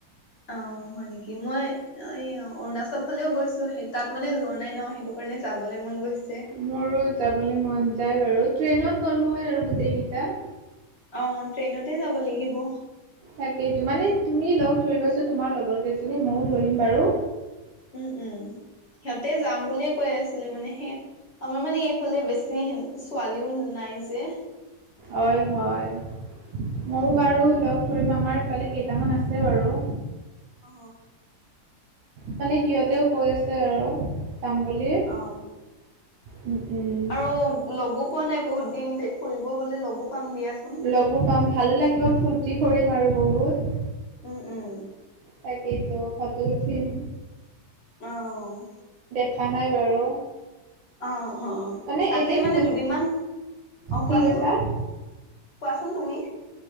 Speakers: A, on the left (about 40°); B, on the right (about 85°).
A: অ হয় নেকি মই অৰুণাচল ফালেও গৈছো সেই তাত মানে যোৱা নাই ন সেইটো কা মানে যাবলৈ মন গৈছে।
B: মোৰো যাবলৈ মন যায় বাৰু, ট্ৰেইনত গ'লো হয় আৰু গোটেইকেইটা।
A: অ, ট্ৰেইনতে যাব লাগিব।
B: তাকেইটো, মানে তুমি লগ ধৰিবাচোন তোমাৰ লগৰ কেইজনী, ময়ো ধৰিম বাৰু!
A: উম, উম, সিহঁতে যাম বুলিয়ে কৈ আছিলে মানে, সেই আমাৰ মানে সেইফালে বেছি ছোৱালীও নাই যে।
B: হয় হয় ময়ো বাৰু লগ ধৰিম, আমাৰ ইফালে কেইটামান আছে বাৰু!
A: অ।
B: মানে সিহঁতেও কৈ আছে আৰু যাম বুলি!
A: অ
B: উম, উম।
A: আৰু লগো পোৱা নাই বহুত দিন, ফুৰিব গ'লে লগো পাম দিয়াচোন
B: লগো পাম, ভালো লাগিব, ফূুৰ্তি কৰিম, আৰু বহুত
A: উম উম
B: তাকেইটো, ফটো উঠিম।
A: অ'।
B: খোৱা নাই বাৰু
A: অ', অ',
B: মানে
A: তাতেই
B: এদিন
A: মানে
B: গোট
A: দুদিনমান, অ',
B: কি
A: কোৱাচোন?
B: কৈছা
A: কোৱাচোন তুমি।